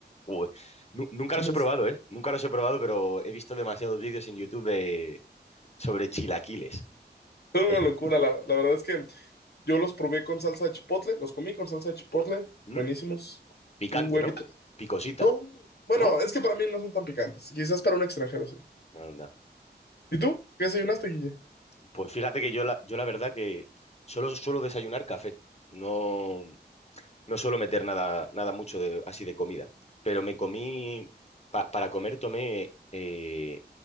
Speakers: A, on the left; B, on the left.
A: Joder. Nu- nunca
B: unos-
A: los he probado, ¿eh? Nunca los he probado, pero he visto demasiados vídeos en YouTube de, sobre chilaquiles.
B: son
A: Esto-
B: una locura, la, la verdad es que yo los probé con salsa de chipotle, los comí con salsa de chipotle,
A: ¿Mm?
B: buenísimos.
A: Picante,
B: Un huevito.
A: ¿no? Picosita,
B: No, bueno,
A: ¿no?
B: es que para mí no son tan picantes, quizás para un extranjero sí.
A: Anda.
B: ¿Y tú? ¿Qué desayunaste, Guille?
A: Pues fíjate que yo la, yo la verdad que solo suelo desayunar café. No. No suelo meter nada, nada mucho de- así de comida, pero me comí, pa- para comer tomé eh,